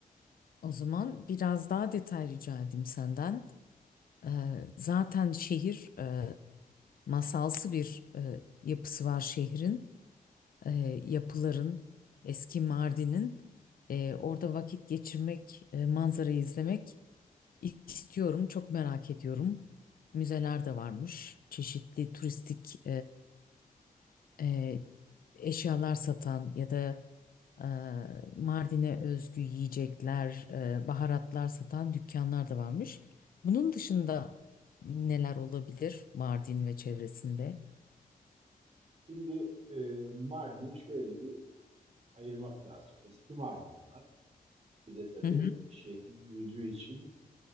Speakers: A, on the left; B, on the right.
A: o zaman biraz daha detay rica edeyim senden. Eee, zaten şehir eee, masalsı bir eee, yapısı var şehrin, Eee, yapıların, eski Mardin'in. Eee, orada vakit geçirmek, eee, manzarayı izlemek istiyorum, çok merak ediyorum. Müzeler de varmış, çeşitli turistik e, eşyalar satan ya da e, Mardin'e özgü yiyecekler, e, baharatlar satan dükkanlar da varmış. Bunun dışında neler olabilir Mardin ve çevresinde?
B: Şimdi e, Mardin'i şöyle bir ayırmak lazım. Eski Mardin var. Bir de tabii
A: Hı hı
B: şehir büyüdüğü için